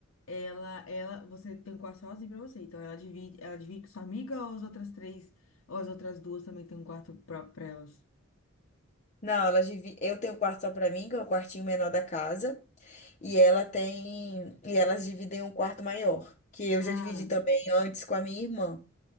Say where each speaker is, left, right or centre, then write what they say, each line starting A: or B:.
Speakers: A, on the left (about 75°); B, on the left (about 35°).
A: ela, ela, você tem um quarto sozinho pra você, então ela divide, ela divide com sua amiga ou as outras três, ou as outras duas também têm um quarto próprio pra elas?
B: Não, elas divi... eu tenho um quarto só pra mim, que é o quartinho menor da casa, e ela tem e elas dividem um quarto maior, que eu já
A: Ah.
B: dividi também antes com a minha irmã.